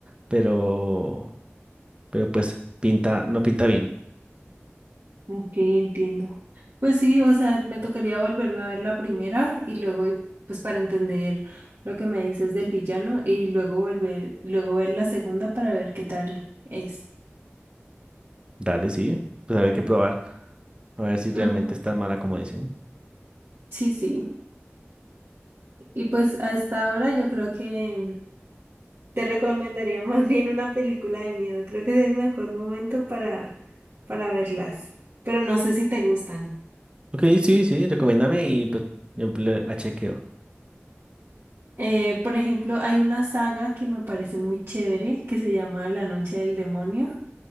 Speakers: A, on the right (about 25°); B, on the right (about 55°).
A: pero, pero pues pinta, no pinta bien.
B: Ok, entiendo. Pues sí, o sea, me tocaría volverme a ver la primera y luego, y- pues para entender lo que me dices del villano y luego volver, luego ver la segunda para ver qué tal es.
A: Dale, sí, pues habrá que probar, a ver si realmente
B: Ujú,
A: es tan mala como dicen.
B: Sí, sí. Y pues a esta hora yo creo que Te recomendaría más bien una película de miedo. Creo que es el mejor momento para, para verlas. Pero no sé si te gustan.
A: Ok, sí, sí, recomiéndame y pues yo la la chequeo.
B: Eh, por ejemplo, hay una saga que me parece muy chévere que se llama La Noche del Demonio.